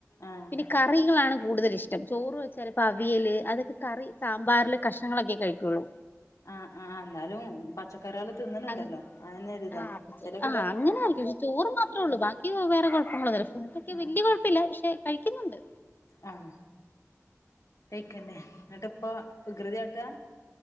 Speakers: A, on the left; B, on the left.
A: ആഹ്
B: പിന്നെ കറികളാണ് കൂടുതല് ഇഷ്ടം ചോറ് വെച്ചാല് ഇപ്പോ അവിയല് അതൊക്കെ കറി സാമ്പാറിലെ കഷ്ണങ്ങളൊക്കെ കഴിക്കുള്ളൂ
A: ആഹ് ആ എന്നാലും പച്ചക്കറികള് തിന്ന്ണുണ്ടല്ലോ
B: അങ്ങ്
A: അതെന്നെ ഒരിതാ
B: ആ
A: ചെലെ കു-
B: ആ അങ്ങനെ ആയിരിക്ക പക്ഷെ ചോറ് മാത്രേള്ളൂ ബാക്കി വേറെ കുഴപ്പങ്ങളൊന്നല്ലേ ഫുഡൊക്കെ
A: ആഹ്
B: വല്യേ കുഴപ്പം പ്പില്ല ക്ഷെ കഴിക്കുന്നുണ്ട്
A: ആഹ് പെയ്ക്കന്നേ ന്നിട്ടിപ്പ വികൃതിയാട്ടാ?